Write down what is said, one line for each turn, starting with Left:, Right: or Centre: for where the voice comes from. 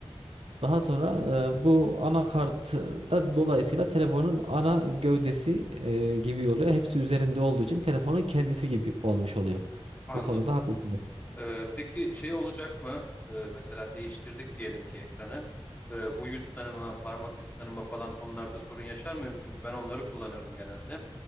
Right: daha sonra e, bu anakart da dolayısıyla telefonun ana gövdesi e, gibi oluyor. Hepsi üzerinde olduğu için telefonun kendisi gibi olmuş oluyor.
Left: anladım.
Right: Bu konuda haklısınız.
Left: Ee, peki şey olacak mı? Ee, mesela değiştirdik diyelim ki ekranı. Ee, bu yüz tanıma, parmak izi tanıma falan onlarda sorun yaşar mıyım? Çünkü ben onları kullanıyorum genelde.